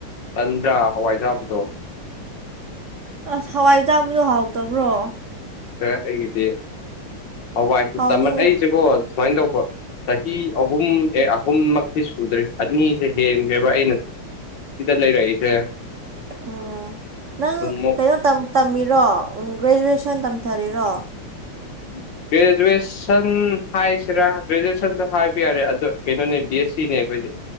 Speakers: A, on the left; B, on the right.
A: ꯇꯟꯗ꯭ꯔꯥ ꯍꯋꯥꯏ ꯊꯥꯕꯗꯣ
B: ꯑꯁ ꯍꯋꯥꯏ ꯆꯥꯕꯗꯣ ꯍꯥꯎꯇꯕ꯭ꯔꯣ
A: ꯑꯦ ꯑꯩꯒꯤꯗꯤ ꯍꯋꯥꯏꯁꯦꯃ
B: ꯍꯥꯎꯅꯤꯡꯉꯦ
A: ꯑꯩꯁꯤꯦꯕꯣ ꯁꯨꯃꯥꯏꯅ ꯇꯧꯕ ꯆꯍꯤ ꯑꯍꯨꯝ ꯑꯦ ꯑꯍꯨꯝꯃꯛꯇꯤ ꯁꯨꯗ꯭ꯔꯤ ꯑꯅꯤꯁꯦ ꯍꯦꯟꯒ꯭ꯔꯦꯕ ꯑꯩꯅ ꯁꯤꯗ ꯂꯩꯔꯏꯁꯦ
B: <unintelligible> ꯅꯪ
A: ꯃꯣꯏ
B: ꯀꯩꯅꯣ ꯇꯝꯃꯤꯔꯣ ꯒ꯭ꯔꯦꯖꯨꯋꯦꯁꯟ ꯇꯝꯊꯔꯤꯔꯣ
A: <unintelligible> ꯁꯟ ꯍꯥꯏꯁꯤꯔꯥ ꯒ꯭ꯔꯦꯖꯨꯑꯦꯁꯟꯁꯨ ꯍꯥꯏꯕ ꯌꯥꯔꯦ ꯑꯗꯣ ꯀꯩꯅꯣꯅꯦ ꯕꯤ ꯑꯦꯁ ꯁꯤꯅꯦ ꯑꯩꯈꯣꯏꯗꯤ